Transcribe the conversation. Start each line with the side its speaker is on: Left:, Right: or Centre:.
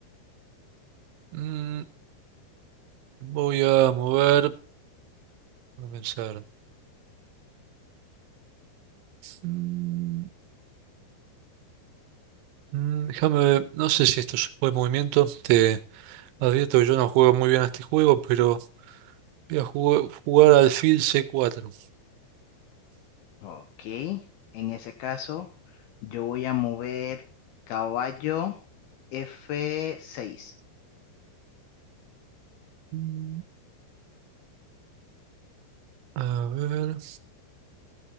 Right: Mm, voy a mover, a pensar. Mm, mm, déjame ver, no sé si esto es buen movimiento, te advierto que yo no juego muy bien a este juego, pero voy a jugar, jugar alfil c cuatro.
Left: Ok, en ese caso, yo voy a mover caballo F6.
Right: Mm, A ver.